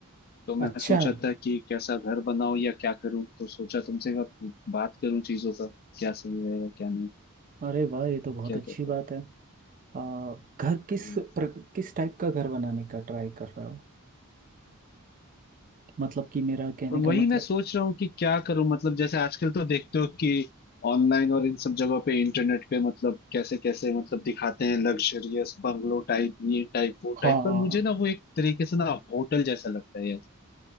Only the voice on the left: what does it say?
तो मैं
सोचा था कि कैसा घर बनाऊं या क्या करूं तो सोचा तुमसे अब बात करूं चीजों का क्या सही रहेगा क्या नहीं
क्या
कहते
हो
हम्म।
और वही
मैं सोच रहा हूँ कि क्या करूं मतलब जैसे आजकल तो देखते हो कि ऑनलाइन और इन सब जगहों पे इंटरनेट पे मतलब कैसे कैसे मतलब दिखाते हैं लग्जरियस बंगलो टाइप ये टाइप वो
टाइप पर मुझे ना वो एक तरीके से ना होटल जैसा लगता है यार